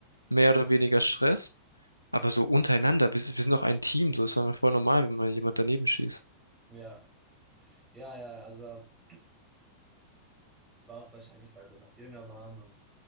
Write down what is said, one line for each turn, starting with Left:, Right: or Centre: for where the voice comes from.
Left: mehr oder weniger Stress, aber
Right: ja,
Left: so untereinander, wir, sind- wir sind doch ein Team, so ist doch mal voll normal, wenn mal jemand daneben schießt.
Right: ja, ja, ja, also es war auch wahrscheinlich, weil wir noch jünger waren und,